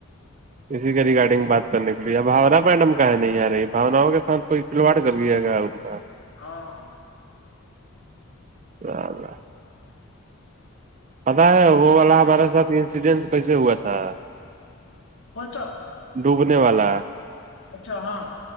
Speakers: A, on the right; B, on the left.
A: اسی کا ریگارڈنگ بات کرنے کے لیےب بانا میڈم کا ہے نہیں آ رہی باناؤں کے ساتھ کوئی کھلواڑ کر لیا گیا ان کا
B: ہاں
A: باب پتا ہے وہ والا ہمارے ساتھ انسیڈینٹ کیسے ہوا تھا
B: کو توو
A: ڈوبنے والا ہے
B: اچھا ہاں